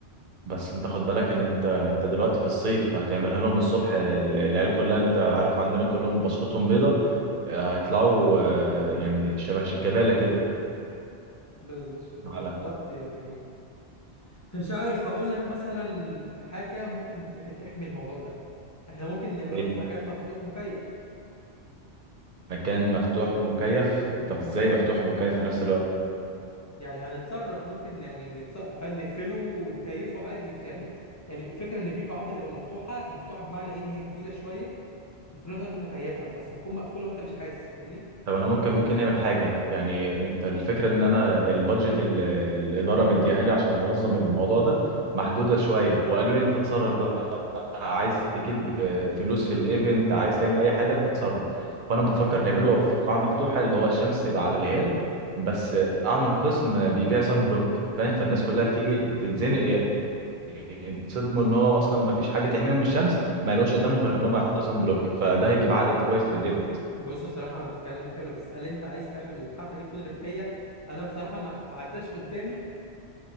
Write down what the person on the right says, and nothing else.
بس انت خد بالك ان انت انت دلوقتي في الصيف هتعملها لهم الصبح ال- العيال كلها انت عارف عندنا كلهم بشرتهم بيضة آه، هيطلعوا آه، يعني شبه شيكابالا كده
على
ايه
مكان مفتوح مكيف طب ازاي مفتوح ومكيف في نفس الوقت
طب انا ممكن ممكن نعمل حاجة يعني انت الفكرة ان انا البادجت ال- الإدارة مديها لي عشان انظم الموضوع ده محدودة شوية وقالوا لي انت تصرف عايز تجيب فلوس في الايفنت عايز تعمل اي حاجه انت تتصرف فانا بفكر نعمله في قاعه مفتوحه اللي هو الشمس تبقى على العيال بس اعمل قسم بيبيع سان بلوك فاهم فالناس كلها تيجي تتزنق يتصدموا ان هو اصلا ما فيش حاجه تحميهم من الشمس ما يلاقوش قدامهم غير ان هم يحطوا سان بلوك فده هيجيب عائد كويس للايفنت